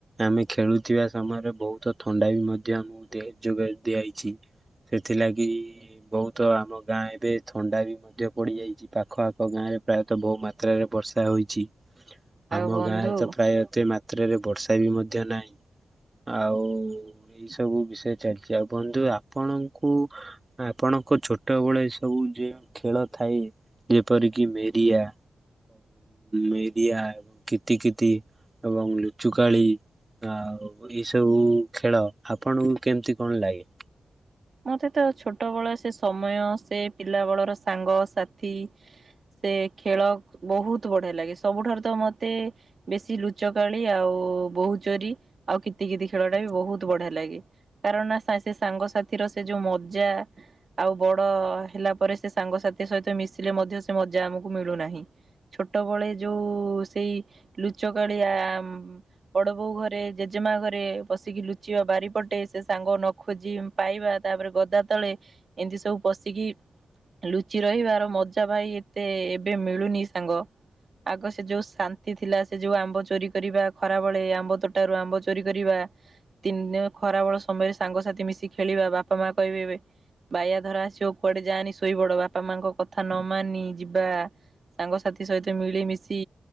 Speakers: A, on the right; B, on the right.
A: ଆମେ ଖେଳୁ ଥିବା ସମୟରେ ବହୁତ ଥଣ୍ଡା ବି ମଧ୍ୟ ଆମକୁ ଦିଏ ଯୋଗ ଦିଆଇଛି। ସେଥିଲାଗି ବହୁତ ଆମ ଗାଁରେ ଏବେ ଥଣ୍ଡା ବି ମଧ୍ୟ ପଡିଯାଇଛି, ପାଖ ଆଖ ଗାଁରେ ପ୍ରାୟତଃ ତ ବହୁ ମାତ୍ରାରେ ବର୍ଷା ହୋଇଛି।
B: <inaudible>
A: ଆମ
B: ବନ୍ଧୁ
A: ଗାଁରେ ତ ପ୍ରାୟ ଏତେ ମାତ୍ରାରେ ବର୍ଷା ବି ମଧ୍ୟ ନାହିଁ। ଆଉ ଏଇ ସବୁ ବିଷୟ ଚାଲିଛି, ଆଉ ବନ୍ଧୁ ଆପଣଙ୍କୁ। ଆପଣଙ୍କ ଛୋଟବେଳେ ଏ ସବୁ ଯଉ ଖେଳ ଥାଏ। ଯେପରିକି ମେରିଆ, ମେରିଆ ଏବଂ କୀର୍ତିକିତି ଏବଂ ଲୁଚୁକାଳି। ଆଉ ଏଇ ସବୁ ଖେଳ ଆପଣଙ୍କୁ କେମତି କଣ ଲାଗେ?
B: ମତେ ତ ଛୋଟବେଳ ସେ ସମୟ ସେ ପିଲାବଳର ସାଙ୍ଗସାଥି। ସେ ଖେଳ ବହୁତ ବଢିଆ ଲାଗେ। ସବୁଠାରୁ ତ ମତେ ବେଶୀ ଲୁଚକାଳି ଆଉ ବହୁତ ଚୋରି ଆଉ କିତିିକିତି ଖେଳ ଟା ବି ବହୁତ ବଢିଆ ଲାଗେ। କାରଣ ସେ ସାଙ୍ଗସଥି ଥିର ସେ ଯୋଉ ମଜା ଆଉ ବଡ ହେଲା ପରେ ସେ ସାଙ୍ଗସାଥି ସହିତ ମିଶିଲେ ମଧ୍ୟ ସେ ମଜା ଆମକୁ ମିଳୁନାହିଁ। ଛୋଟବେଳେ ଯୋଉ ସେଇ ଲୁଚକାଳି ଆ ବଡ ବୋଉ ଘରେ ଜେଜେମା ଘରେ ବସିକି ଲୁଚିବା ବାରି ପଟେ ସେ ସାଙ୍ଗ ନ ଖୋଜି ପାଇବା ତାପରେ ଗଦା ତଳେ ଏମିତି ସବୁ ପଶିକି ଲୁଚି ରହିବାର ମଜା ଭାଇ ଏତେ ଏବେ ମିଳୁନି ସାଙ୍ଗ। ଆଗ ସେ ଯୋଉ ଶାନ୍ତି ଥିଲା ସେ ଯୋଉ ଆମ୍ବ ଚୋରି କରିବା ଖରାବେଳେ ଆମ୍ବ ତୋଟାରୁ ଆମ୍ବ ଚୋରି କରିବା। ତିନି ଦିନ ଖରାବେଳ ସମୟରେ ସାଙ୍ଗସାଥି ମିଶିକି ବାପା ମା କହିବେ ଏବେ ବାଇଆ ଧର ଆସିବ କୁଆଡେ ଯାଆନି ଶୋଇପଡ ବାପ ବାପା ମାଆଙ୍କ କଥା ନ ମାନି ଯିବା। ସାଙ୍ଗସାଥି ସହିତ ମିଳିମିଶି